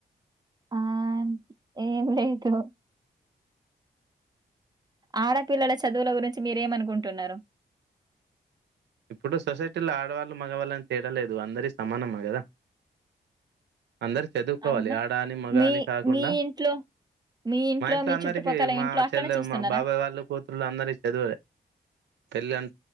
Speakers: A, on the right; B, on the right.
A: ఆ ఏం లేదు ఆడపిల్లల చదువుల గురించి మీరేమనుకుంటున్నారు
B: ఇప్పుడు సొసైటీలో ఆడవాళ్ళు మగవాళ్ళని తేడలేదు అందరి సమానమ్మా కదా అందరు చదువుకోవాలి
A: అవునా?
B: ఆడ అని మగ
A: మీ
B: అని కాకుండా
A: మీ ఇంట్లో, మీ
B: మా ఇంట్లో
A: మీ
B: అందరికి
A: చుట్టుపక్కల
B: మా
A: ఇంట్లో అట్లనే
B: చెల్లె
A: చూస్తున్నారా?
B: మా బాబాయ్ వాళ్ళు కూతుళ్ళు అందరిక చదువలే పెళ్లి అ